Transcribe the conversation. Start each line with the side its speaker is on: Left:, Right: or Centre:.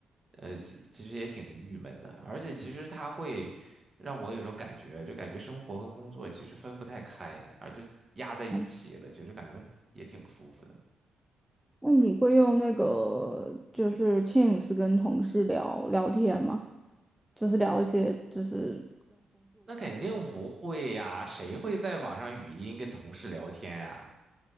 Right: 呃，其其实也挺郁闷的，而且其实它会让我有种感觉，就感觉生活跟工作其实分不太开，而都压在一起了，
Centre: 好的
Right: 其实感觉也挺不舒服的。
Centre: 那你会用那个就是 Teams 跟同事聊聊天吗？就是聊一些就是，
Right: 那肯定不会呀，谁会在网上语音跟同事聊天呀？